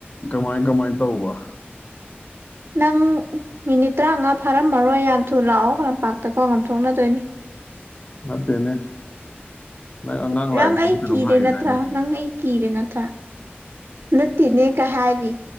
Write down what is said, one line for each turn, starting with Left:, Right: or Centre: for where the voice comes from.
Left: ꯀꯃꯥꯏ ꯀꯃꯥꯏ ꯇꯧꯕ
Right: ꯅꯪ ꯃꯤꯅꯤꯠ ꯇꯔꯥꯃꯉꯥ ꯐꯥꯔꯝꯃꯔꯣꯏ ꯌꯥꯝ ꯊꯨ ꯂꯥꯛꯑꯣ ꯂꯝꯄꯥꯛꯇꯀꯣ ꯉꯝꯊꯣꯛꯅꯗꯣꯏꯅꯤ
Left: ꯅꯠꯇꯦꯅꯦ ꯂ ꯑꯉꯥꯡ
Right: ꯅꯪ
Left: ꯂꯥꯛꯑꯦꯅ
Right: ꯑꯩ
Left: ꯑꯃꯨꯛ ꯀꯩꯅꯣꯝ
Right: ꯀꯤꯔꯦ
Left: ꯍꯥꯏꯈꯤꯗꯥꯢꯅꯦ
Right: ꯅꯠꯇ꯭ꯔꯥ
Left: ꯍꯧꯖꯤꯛꯇ
Right: ꯅꯪ ꯑꯩ ꯀꯤꯔꯦ ꯅꯠꯇ꯭ꯔꯥ ꯅꯠꯇꯦꯅꯦ ꯀ ꯍꯥꯏꯔꯤ